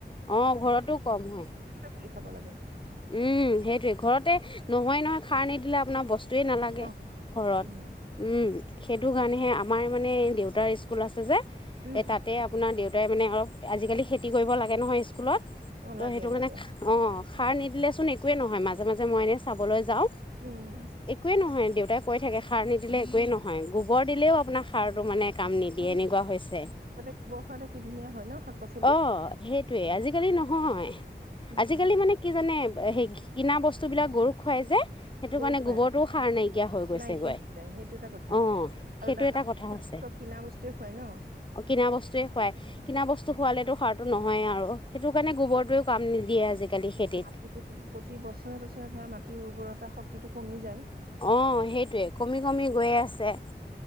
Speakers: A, on the left; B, on the right.
A: অ ঘৰতো কম হয়
B: পুই খাব লাগে
A: উম সেইটোয়ে ঘৰতে নহয় নহয় খাৰ নিদিলে আপোনাৰ ব স্তুৱে নালাগে
B: ন
A: ঘৰত
B: উম
A: উম সেইটো কাৰণে হে আমাৰ মানে দেউতাৰ স্কুল আছে যে
B: উম
A: এ তাতে আপোনাৰ দেউ তাই মানে অলপ আজিকালি খেতি কৰিব লাগে নহয় স্কুলত
B: অ
A: ত'
B: লাগে
A: সেইটো
B: লাগে
A: মানে অ খাৰ নিদিলে চোন এ কোৱে নহয় মাজে মাজে মই এনে চাবলৈ যাওঁ
B: উম
A: একোৱে নহয় দেউতাই কৈ থাকে সাৰ নিদিলে একোৱেই নহয় গোবৰ দিলেও আপোনাৰ সাৰটো মানে কাম নিদিয়ে
B: অ
A: এনেকোৱা হৈছে
B: আগতে গোবৰ সাৰতে কি ধুনীয়া হয় ন শাক পাচলি
A: অ সেইটোৱে আজিকালি নহয়
B: নহয়
A: আজিকালি মানে মানে সেই কিনা বস্তুবিলাক গৰুক খুৱাই যে সেইটো
B: গৰু
A: কাৰণে
B: খুৱাই
A: গোবৰটোও সাৰ নাইকিয়া হৈ গৈছে
B: নাইকিয়া
A: গৈ
B: হৈ যায় সেইটো এটা কথা
A: অ
B: আৰু
A: সেইটো
B: দানা
A: এটা কথা হৈছে
B: চব কিনা বস্তুৱে খুৱাই ন
A: অ কিনা বস্তুৱে খোৱাই কিনা বস্তু খোৱালেতো সাৰ তো নহয়েই আৰু সেইটো কাৰণ গোবৰটোৱে কাম নিদি য়ে আজিকালি খেতিত
B: মাটি প্ৰতি বছৰে বছৰে ধৰা মাটিৰ উৰ্বৰ তা শক্তিটো কমি যায়
A: অ সেইটোৱে য়ে কমি কমি গৈ আছে